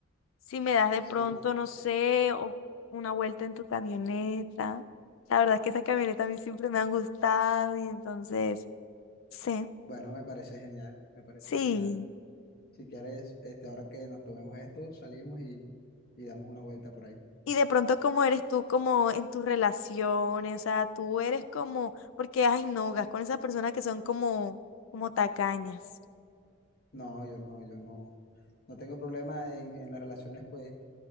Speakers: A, on the left; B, on the left.
A: si me das de
B: sí,
A: pronto, no sé, o una vuelta en tu camioneta? La verdad es que esa camioneta a mí siempre me han gustado y entonces, sí,
B: bueno, me parece genial, me parece
A: sí.
B: genial. Si quieres, este, ahora que nos tomemos esto, salimos y, y damos una vuelta por ahí.
A: Y de pronto, ¿cómo eres tú como en tus relaciones? O sea, tú eres como, porque, ay, no, gas con esas personas que son como, como tacañas.
B: No, yo no, yo no, no tengo problema en, en las relaciones, pues,